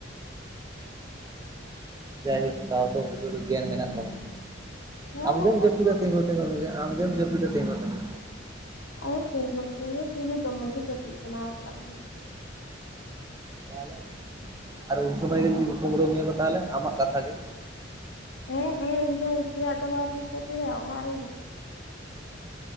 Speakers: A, on the right; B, on the left.
A: ᱡᱟᱭᱦᱳᱠ ᱛᱟᱣ ᱛᱚ ᱠᱤᱪᱷᱩ ᱫᱚ ᱜᱮᱭᱟᱱ ᱢᱮᱱᱟᱜ ᱛᱟᱢᱟ᱾
B: ᱦᱮᱸ
A: ᱟᱢ
B: ᱵᱟᱠᱷᱟᱡ
A: ᱜᱮᱢ ᱡᱟᱹᱯᱤᱫᱟ
B: ᱫᱚ
A: ᱛᱤᱝᱜᱩ ᱛᱤᱝᱜᱩ ᱟᱢ ᱜᱮᱢ ᱡᱟᱹᱯᱤᱫᱟ ᱛᱤᱝᱜᱩ ᱛᱤᱝᱜᱩ᱾
B: ᱟᱨ ᱛᱤᱝᱜᱩ ᱛᱤᱝᱜᱩ <unintelligible>
A: ᱛᱟᱦᱚᱞᱮ ᱟᱨ ᱩᱱ ᱥᱚᱢᱚᱭ
B: ᱟᱫᱚ
A: ᱜᱮ ᱡᱩᱫᱤ ᱠᱩᱢᱲᱩ ᱢᱮᱭᱟ ᱠᱚ ᱛᱟᱦᱚᱞᱮ ᱟᱢᱟᱜ ᱠᱟᱛᱷᱟ ᱜᱮ᱾
B: ᱦᱮᱸ ᱦᱮᱸ <unintelligible> ᱚᱲᱟᱜ ᱨᱤᱧ ᱡᱟᱹᱯᱤᱫ ᱠᱟᱫ᱾